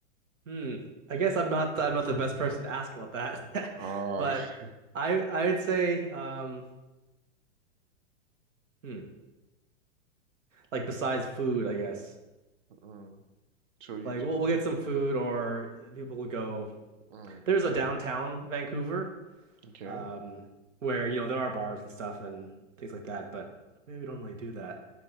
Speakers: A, on the right; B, on the right.
A: Hmm. I guess I'm not I'm not the best person to ask about that.
B: Ah,
A: <laughs> But
B: <laughs>
A: I I would say um hmm like besides food, I guess.
B: <sighs> mm, so you
A: Like
B: d-
A: we'll we'll get some food or people will go.
B: mm,
A: There's a downtown Vancouver
B: okay.
A: um where you know there are bars and stuff and things like that, but maybe we don't really do that.